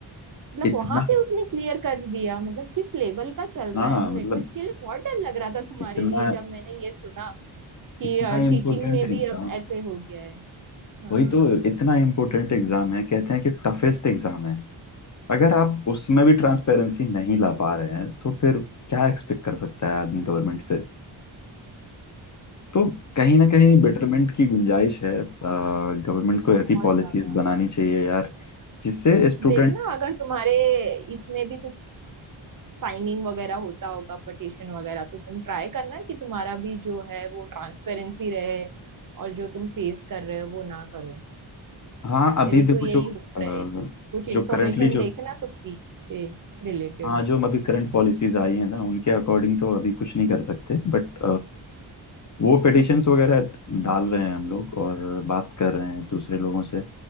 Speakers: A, on the right; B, on the left.
A: मतलब
B: इतना
A: वहां पे उसने क्लियर कर दिया मतलब किस लेवल का चल
B: हाँ
A: रहा है मेरे
B: मतलब
A: को इसके लिए बहुत डर लग रहा था तुम्हारे
B: इतना
A: लिए जब मैंने ये सुना कि
B: इतना इम्पोर्टेंट
A: टीचिंग में भी
B: एग्जाम
A: अब ऐसे हो गया है हाँ
B: वही तो इतना इम्पोर्टेंट एग्जाम है कहते हैं कि टफेस्ट एग्जाम है अगर आप उसमें भी ट्रांसपेरेंसी नहीं ला पा रहे हैं तो फिर क्या एक्सपेक्ट कर सकता है आदमी गवर्नमेंट से तो कहीं ना कहीं
A: वही
B: बेटरमेंट की गुंजाइश है गवर्नमेंट
A: बहुत
B: को ऐसी पॉलिसीज
A: ज्यादा
B: बनानी चाहिए यार जिससे स्टूडेंट
A: देखना अगर तुम्हारे इसमें भी कुछ साइनिंग वगैरह होता होगा पटिशन वगैरह तो तुम ट्राई करना कि तुम्हारा भी जो है वो ट्रांसपेरेंसी रहे और जो तुम फेस कर रहे हो वो ना करो
B: हाँ
A: मेरी
B: अभी देखो
A: तो यही
B: जो
A: होप
B: अ,
A: रहेगी कुछ इन्फॉर्मेशन
B: जो करंटली जो
A: देखना तुम भी इससे रिलेटेड
B: हाँ जो अभी करंट पॉलिसीज आई है ना उनके अकॉर्डिंग तो अभी कुछ नहीं कर सकते बट वो पिटिशंस वगैरह डाल रहे हैं हम लोग और बात कर रहे हैं दूसरे लोगों से